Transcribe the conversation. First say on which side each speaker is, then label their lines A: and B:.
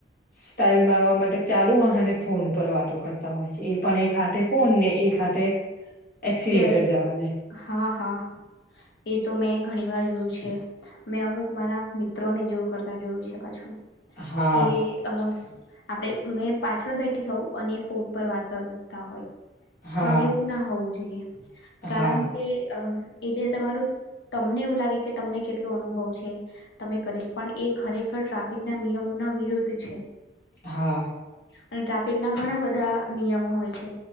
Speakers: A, on the left; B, on the left.
A: સ્ટાાઈલ મારવા માટે ચાલુ વાહને ફોન ઉપર વાતો કરતો હોય છે એ પણ એક હાથે ફોન ને એક હાથે એક્સિલેટર
B: સ્ટર
A: જવા દે
B: હા હા, એ તો મેં ઘણી વાર જોયું છે, મેં અમુક મારા મિત્રોને જેવું કરતાં જોયું છે પાછું.
A: હા
B: કે આ આપડણે મેં પાછળ બેઠી હોઉં અને ફોન પર વાત કરતા હોય.
A: હા
B: પણ એવું ના હોવું જો ઈએ. કારણ
A: હા
B: કે અ એ જે તમારું તમને એવું લાગે કે તમને કેટલો અનુભવ છે, તમે કરીશ પણ એ ખરેખર ટ્રાફિક ના નિયમોના વિરુદ્ધ છે.
A: હા.
B: અને ટ્રાફિક ના ઘણા બધા નિયમો હોય છે,